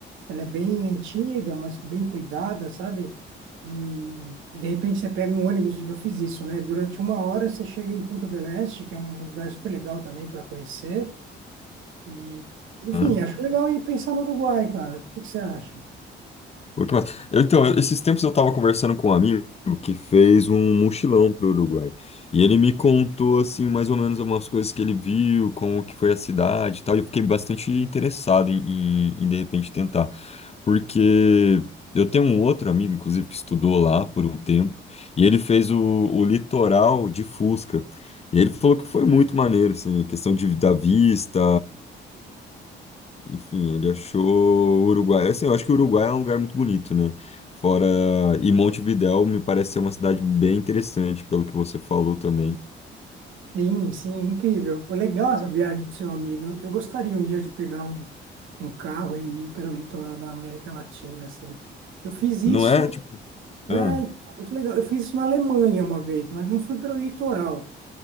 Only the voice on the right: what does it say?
Ela é bem antiga, mas bem cuidada, sabe? E de repente você pega um ônibus, e eu fiz isso, né? Durante uma hora você chega em Punta del Este, que é um lugar super legal também para conhecer. E, enfim,
acho legal ir pensar no Uruguai, cara. O que que você acha?
Sim, sim, incrível. Foi legal essa viagem do seu amigo. Eu gostaria um dia de pegar um, um carro e ir pelo litoral da América Latina, assim. Eu fiz isso,
é,
então, muito legal. Eu fiz isso na Alemanha uma vez, mas não fui pelo litoral.